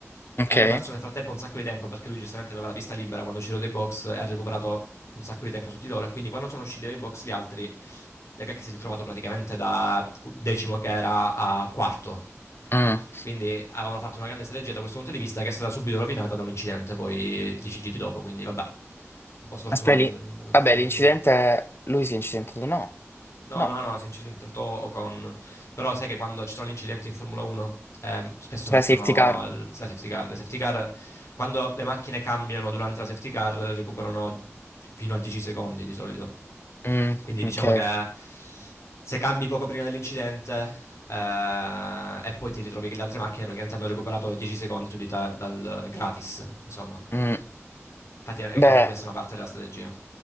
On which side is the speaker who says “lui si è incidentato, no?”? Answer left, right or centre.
Left